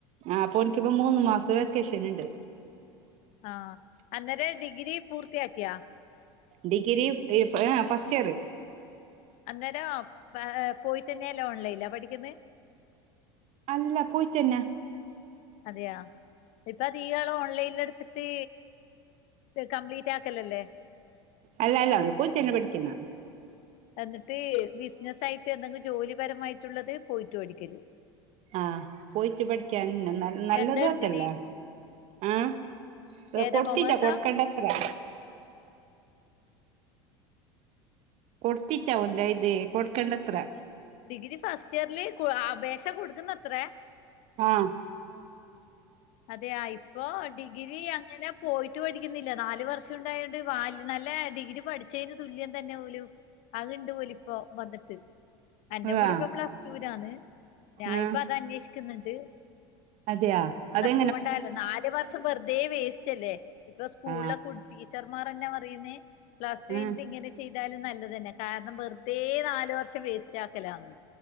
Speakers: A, on the right; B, on the left.
A: ആഹ് അപ്പോനിക്കിപ്പം മൂന്നുമാസത്തെ വെക്കേഷെനൊണ്ട്
B: ആഹ് അന്നേരെ ഡിഗ്രി പൂർത്തിയാക്കിയോ
A: ഡിഗ്രി പി ആഹ് ഫസ്റ്റിയറ്
B: അന്നേരം പോയി തന്നെയല്ലേ ഓൺലൈലാ പഠിക്കുന്നേ
A: അല്ല പോയിട്ടെന്നാ
B: അതെയോ ഇത്താതീകാളും ഓൺലൈനിലടച്ചിട്ട് കംപ്ലീറ്റാക്കലല്ലേ
A: അല്ലാല്ലാ വൻപോയ് തന്നാ പഠിക്കുന്നേ
B: എന്ന്ട്ട് ബിസ്നസായ്ട്ട് എന്തെങ്കു ജോലിപരമായ്ട്ടുള്ളത് പോയിട്ട് പഠിക്കലോ
A: ആഹ് പോയിട്ട് പഠിക്കാനുണ്ട നല്ലതുംഅതല്ലേ
B: എന്താ എടുത്തിന്
A: ആഹ്
B: ഏതാ
A: കൊടുത്തീല്ല
B: കൊമേഴ്സാ
A: കൊടുക്കണ്ടപ്പറേ കൊടുത്തീററ ഓന്റ കയ്യില്കൊടുക്കണ്ടെത്രേ
B: ഡിഗ്രി ഫസ്റ്റിയറിൽ കൊ ആപേക്ഷ കൊടുക്കുന്നത്രേ
A: ആഹ്
B: അതേ ആയിപ്പോ ഡിഗ്രി അങ്ങനെ പോയിട്ട് പഠിക്കുന്നില്ല നാല് വർഷൊണ്ടായോണ്ട് വാല് നല്ല ഡിഗ്രി പഠിച്ചേന് തുല്യം തന്നെ ഓലും അത്ണ്ട് ഓലിപ്പോ വന്ന്ട്ട് അന്റെ
A: ആ
B: മോളിപ്പം പ്ലസ്ടൂലാന്ന് ഞാ
A: ആ
B: ഇപ്പതന്വേഷിക്ക്ന്ന്ണ്ട്
A: അതെയാ അതെ
B: പോണ്ടാലോ നാല് വർഷം വെറ്തെ വേസ്റ്റല്ലേ ഇപ്പം സ്കൂളിലെ
A: ആ
B: കു ടീച്ചർ മാരെന്നെ ന്തൊയ്യ്ന്നേ <unintelligible> ലാസ്റ്റ്
A: ആ
B: <unintelligible> ഇങ്ങനെ ചെയ്താലും നല്ലതെന്നെ കാരണം വെറ്തെ നാല് വർഷം വേസ്റ്റാക്കലാന്ന്